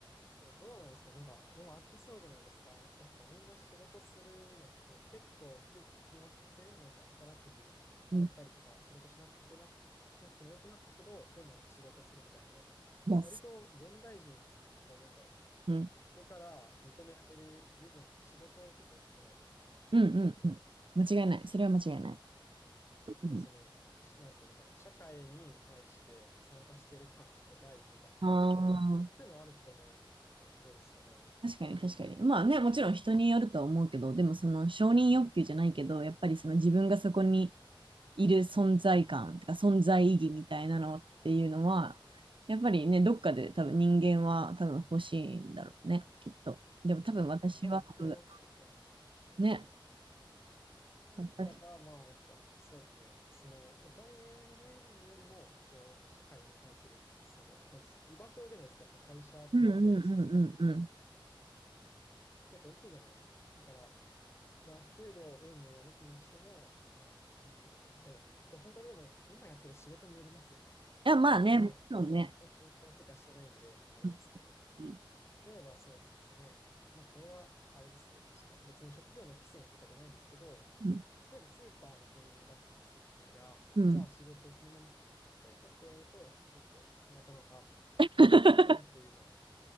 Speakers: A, on the left (about 30°); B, on the right (about 70°).
A: どうなんですかなんか、でも飽きそうじゃないですかやっぱみんな仕事するのって結構よく聞きませんなんか宝くじ当たったりとか仕事しなくな、
B: う。うん、い
A: しなくてもよくなったけど、でも仕事するみたいな、なんか割と現代人ってこうなんだろう、
B: や、すうん、
A: 人から認められる部分って仕事結構大きくないですか割と。
B: うん、うん、うん間違いない。それは間違いない。うん、
A: こうその、しなんていうのかな、社会に対して参加してる感を得たいみたいな、
B: ああ。
A: 結構そういうのあると思うんですけど、どうですかね
B: 確かに確かに。まあね、もちろん人によるとは思うけど、でもその承認欲求じゃないけど、やっぱりその自分がそこにいる存在感とか存在意義みたいなのっていうのは、やっぱりね、どっかで多分人間は多分欲しいんだろうね、きっと。でも多分私は、
A: 多分僕もそうですね。
B: どうだね、
A: だったら、
B: 私。
A: まあ、やっぱ、そうですね。その、お金の面よりも、こう、社会に対する、その、なんていうんですか、居場所じゃないですか。やっぱ会社とかそういう組織って、
B: うんうんうんうんうん。い
A: 結構大きいじゃないですか。だから、まあ、給料云々を抜きにしても、まあ、なんていうのかな。でも、これ本当にでも、今やってる仕事によりますよね。
B: や、まあね、
A: 今は、
B: もちろんね。
A: 僕は仕事とかしてないんで、あれですけど。
B: うんうん
A: 例えばそうですね、まあこれはあれですけど、その別に職業の規制とかじゃないですけど、
B: うん。
A: 例えばスーパーの店員だったとして自分が、
B: うん
A: まあじゃあ仕事をそのまま続けたいかって言われると、ちょっとなかなか、
B: <laughs>。
A: うーんっていうのは、